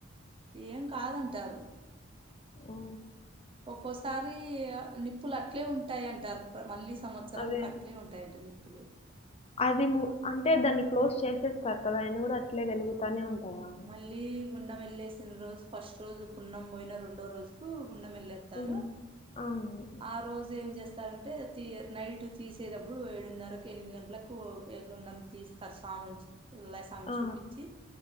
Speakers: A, on the right (about 25°); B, on the left (about 30°).
A: ఏం కాదంటారు
B: ఓ
A: ఒక్కోసారి నిప్పులు అట్లే ఉంటాయి అంటారు మళ్ళీ సంవత్సరంకు
B: అదే
A: అట్లే ఉంటాయంటడి నిప్పులు
B: అది ము అంటే దాన్ని క్లోజ్ చేసేస్తారు కదా ఆయినా కూడా అట్లే వెలుగుతానే ఉంటాయా
A: ళ్ళీ గుండం వెళ్ళేసిన రోజు ఫస్ట్ రోజు పున్నం పోయిన రెండో రోజుకు గుండం ఎళ్ళేత్తారు
B: ఉమ్, అవును
A: ఆ రోజు ఏం చేస్ స్తారంటే తీ నైట్ తీసేదప్పుడు ఏడున్నరకు ఎనిమిది గంటలకు ఏ గుండం తీస్తారు సాముంచి పుల్లయ్ సామి
B: ఆ,
A: చూపిచ్చి